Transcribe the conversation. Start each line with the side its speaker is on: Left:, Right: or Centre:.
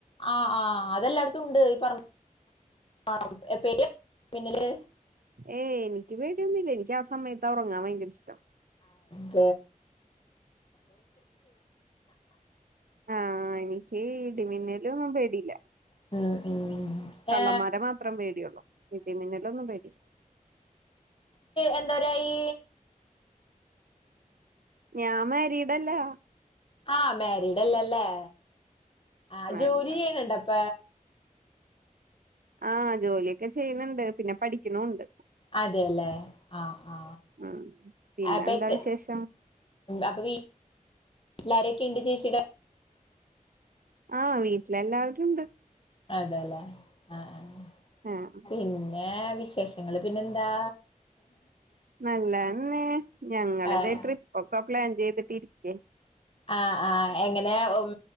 Left: ആ ആ അതെല്ലായിടത്തും ഉണ്ട് ഈ പറഞ്ഞ ആ എപ്പ പിന്നില്
Right: ഏയ് എനിക്ക് പേടിയൊന്നുല്ല എനിക്ക് ആ സമയത്ത് ആ ഉറങ്ങാ ഭയങ്കര ഇഷ്ടം
Left: ഏ
Right: ആ എനിക്ക് ഇടിമിന്നലും പേടില്ല
Left: ഉം ഉം
Right: കള്ളന്മാരെ
Left: ഏ
Right: മാത്രം പേടിയുള്ളൂ ഇടി മിന്നലൊന്നും പേടി
Left: എന്താരായി
Right: ഞാൻ മാരിടല്ലാ
Left: ആ മാരിഡ്ല്ലല്ലേ ആ ജോലി
Right: അല്ല
Left: ചെയ്യണണ്ടപ്പ
Right: ആ ജോലിയൊക്കെ ചെയ്യണണ്ട് പിന്നെ പഠിക്കുന്നുണ്ട്
Left: അതെല്ലേ ആ ആ
Right: ഉം പിന്നെന്താ
Left: അപ്പോ എ
Right: വിശേഷം
Left: അപ്പൊ വീട്ട് ലാരൊക്കെ ഉണ്ട് ചേച്ചിടെ
Right: ആ വീട്ടിലെല്ലാവരുണ്ട്
Left: അതല്ലേ ആ ആ
Right: ആഹ്
Left: പിന്നെ വിശേഷങ്ങള് പിന്നെ എന്താ
Right: നല്ലന്ന് ഞങ്ങള്
Left: ആഹ്
Right: ഇതേ ട്രിപ്പൊക്കെ പ്ലാൻ ചെയ്തിട്ടിരിക്ക
Left: ആ ആ എങ്ങനെ ഉം